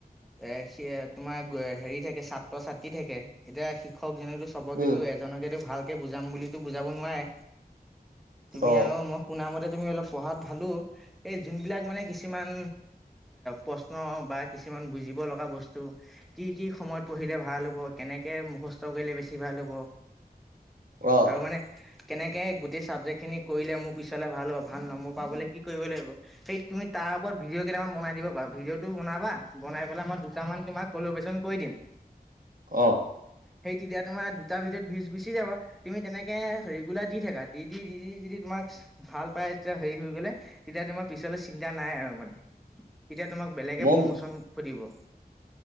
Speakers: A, in the centre; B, on the right.
A: এ, সিয়া তোমাৰ হেৰি থাকে ছাত্ৰ- ছাত্ৰী থাকে এতিয়া শিক্ষকজনেটো চবকেতো
B: উম
A: এজনকেতো ভালকে বুজাম বুলিতো বুজাব নোৱাৰে, তুমি
B: অ
A: আৰু মই শুনা মতে তুমি অলপ পঢ়াত ভালোঁ, এই যোনবিলাক মানে কিছুমান প্ৰশ্ন বা, কিছুমান বুজিব লগা বস্তু কি- কি সময়ত পঢ়িলে ভাল হ'ব? কেনেকে মুখস্থ কৰিলে বেছি ভাল হ'ব?
B: অ
A: আৰু মানে কেনেকে গোটেই চাবজেক্ট খিনি কৰিলে মোক পিছলে ভাল হ'ব, ভাল নম্বৰ পাবলে কি কৰিবই লাগিব? সেই তুমি তাৰ ওপৰত ভিডিঅ কেইটামান বনাই দিব পাৰা, ভিডিঅ টো বনাবা, বনাই পেলাই মই দুটামান তোমাক ফ'ল'বেশ্যন কৰি দিম।
B: অঁ।
A: সেই তেতিয়া তোমাৰ দুটা ভিদিঅত বিশ গুচি যাব তুমি তেনেকে ৰেগুলাৰ দি থাকা দি দি, দি দি যদি তোমাৰ ভাল পাই এতিয়া হেৰি হৈ গলে, তেতিয়া তোমাৰ পিছলে চিন্তা নাই আৰু মানে তেতিয়া তোমাক বেলেগে
B: মই
A: প্ৰমোচন সুধিব।